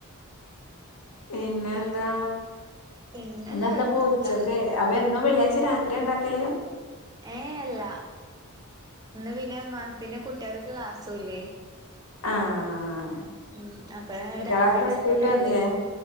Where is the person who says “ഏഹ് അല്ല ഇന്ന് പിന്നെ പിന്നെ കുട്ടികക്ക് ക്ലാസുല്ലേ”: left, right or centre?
Right